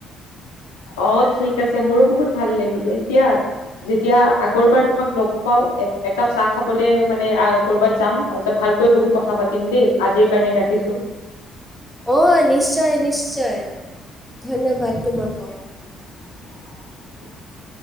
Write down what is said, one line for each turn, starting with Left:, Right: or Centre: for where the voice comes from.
Left: অ' ঠিক আছে, মোৰো বহুত ভাল লাগিলে দিয়া। যেতিয়া আগৰবাৰ তোমাক লগ পাওঁ, একাপ চাহ খাবলে মানে আ কৰ'বাত যাম, তাৰপিছত ভালকৈ বহি কথা পাতিম দেই, আজিৰ কাৰণে ৰাখিছোঁ।
Centre: অ', নিশ্চয় নিশ্চয়, ধন্যবাদ তোমাকো।
Left: <inaudible>